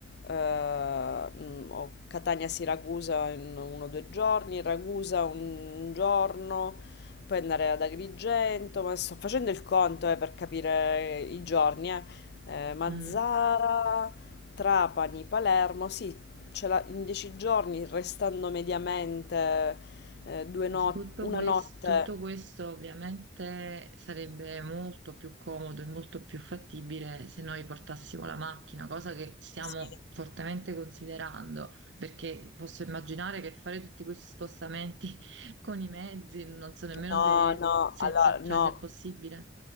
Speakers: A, on the left; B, on the right.
A: eh, mm, o Catania-Siracusa in uno o due giorni, Ragusa un giorno, poi andare ad Agrigento, ma sto facendo il conto eh, per capire i giorni, eh. Eh, Mazzara,
B: Mm.
A: Trapani, Palermo, sì, Ce la- in 10 giorni, restando mediamente eh, due no-
B: Tutto
A: una
B: quest-
A: notte,
B: tutto questo, ovviamente sarebbe molto più comodo e molto più fattibile se noi portassimo la macchina, cosa che stiamo
A: sì.
B: fortemente considerando, perché posso immaginare che fare tutti questi spostamenti <laughs> con i mezzi, non so nemmeno
A: No,
B: se,
A: no,
B: se,
A: allora,
B: è, fa-
A: no,
B: cioè, se è possibile.